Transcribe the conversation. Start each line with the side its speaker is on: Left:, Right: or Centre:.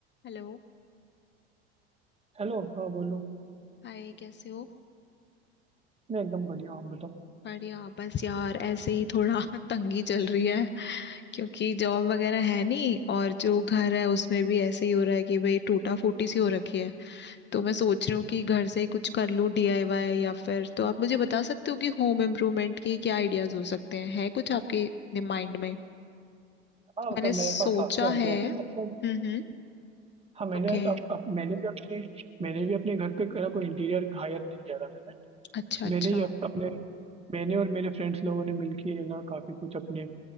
Left: Hello
Right: हेलो हाँ बोलो
Left: Hi कैसे हो
Right: मैं एकदम बढ़िया हूँ आप बताओ
Left: बढ़िया बस यार ऐसे ही थोड़ा <laughs> तंगी चल रही है क्योंकि जॉब वगैरह है नहीं और जो घर है उसमें भी ऐसे ही हो रहा है कि भाई टूटा फूटी सी हो रखी है तो मैं सोच रही हूँ कि घर से ही कुछ कर लूँ डीआईवाई या फिर तो आप मुझे बता सकते हो कि होम इम्प्रूवमेंट के क्या आइडियाज हो सकते हैं है कुछ आपके माइंड में
Right: हाँ
Left: मैंने
Right: मतलब
Left: सोचा
Right: मेरे पास काफी आइडिया
Left: है
Right: थे
Left: हम्म
Right: मतलब
Left: हम्म
Right: हाँ मैंने
Left: ओके
Right: अब अब मैंने भी अपने मैंने भी अपने घर पे कोई कोई इंटीरियर हायर नहीं किया था मैंने
Left: अच्छा अच्छा
Right: मैंने ही अप, अपने मैंने और मेरे फ्रेंड्स लोगों ने मिलके है ना काफी कुछ अपने